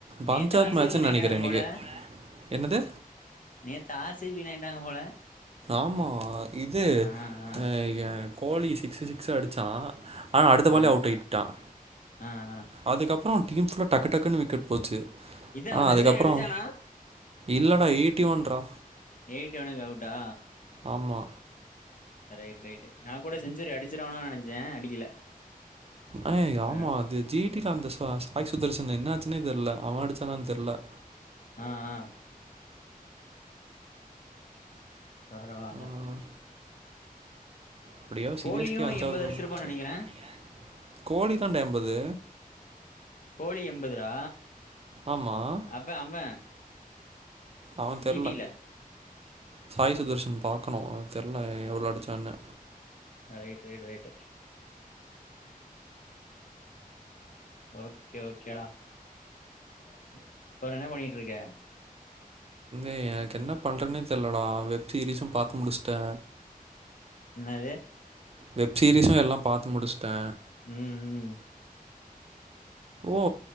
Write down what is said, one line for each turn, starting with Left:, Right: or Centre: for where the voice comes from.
Right: பஞ்சாப்
Left: நேத்து ஆர் சி
Right: மேட்ச்சுன்னு
Left: பீ வின்னாயிடானுங்க
Right: நெனைக்கிறேன் இன்னைக்கு.
Left: போல
Right: என்னது?
Left: நேத் ஆர் சி பீ வின்னாயிட்டாங்க போல
Right: ஆமா இது
Left: ஆ ஆ
Right: <unintelligible> ஏன் கோலி சிக்ஸ்ஸு சிக்ஸ்ஸ அடிச்சா ஆனா அடுத்த பாலே
Left: ஆ
Right: அவுட் ஆயிட்டான்
Left: ஆ ஆ
Right: அதுக்கப்றோ டீம் ஃபுல்லா டக்கு க்குன்னு விக்கட் போச்சு
Left: இதல
Right: ஆனா
Left: அவன் செஞ்சுரி
Right: அதுக்கப்புறம்
Left: அடுச்சானா
Right: இல்லடா ரா.
Left: எய்ட்டி ஒன்னுக்கு அவுட்டா
Right: ஆமா
Left: ரைட் ரைட்டு நா கூட செஞ்சுரி அடிச்சுருவானோ நெனைச்சே அடிக்கல
Right: அஹ்
Left: வேற
Right: ஆமா அது ஜி டி ல அந்த <unintelligible> சுதர்சன் என்னாச்சனே தெர்ல அவன் அடிச்சான தெர்ல
Left: ஆஹ் ஆஹ் பரவால்ல
Right: ஆ. எப்டியோ சி
Left: கோலியு
Right: எஸ் கே அஞ்சாவது
Left: எம்பது அடிச்சிருப்பான்னு
Right: வந்துருச்சு
Left: நெனைக்கிறே
Right: <unintelligible> கோழி தாண்டா எம்பது
Left: கோலி எண்பது ரா
Right: ஆமாம்
Left: அப்ப அவ்வன்
Right: அவன்
Left: ஜி
Right: தெரில
Left: டி ல
Right: சாய் சுதர்ஷன் <inaudible> பாக்கனு தெர்ல எவ்ளோ எடுத் சொன்ன
Left: ஆஹ் right right right okay okay டா அப்ரோ என்ன பண்ணிட்டு இருக்க
Right: எ எனக்கு என்ன பண்றதுனே தெர்லடா வெப் சீரிஸும்பாத்து முடிச்சுடே
Left: என்னாது
Right: வெப சீரிஸும் எல்லா பாத்து முடிஸ்டே
Left: உம் உம்
Right: ஓ